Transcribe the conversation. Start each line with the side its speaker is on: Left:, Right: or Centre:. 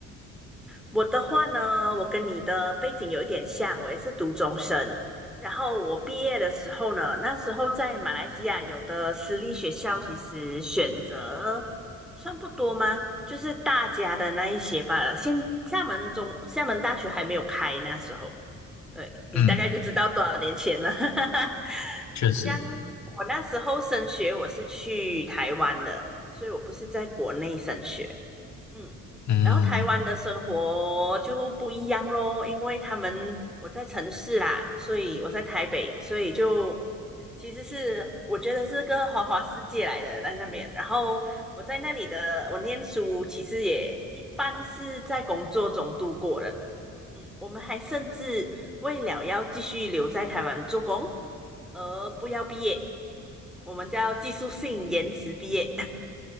Centre: 我的话呢，我跟你的背景有一点像，我也是读中生。然后我毕业的时候呢，那时候在马来西亚有的私立学校其实选择算不多吗？就是大家的那一些吧。现厦门中厦门大学还没有开，那时候，对，你大概就知道多少年前了。
Left: 嗯，
Centre: <laughs>
Left: 确实，
Centre: 这样，我那时候升学我是去台湾的，所以我不是在国内升学。嗯，
Left: 嗯
Centre: 然后台湾的生活就不一样咯，因为他们我在城市啦，所以我在台北，所以就其实是我觉得是个花花世界来的在那边。然后我在那里的我念书，其实也一般是在工作中度过的。嗯，我们还甚至为了要继续留在台湾做工而不要毕业，我们叫技术性延迟毕业。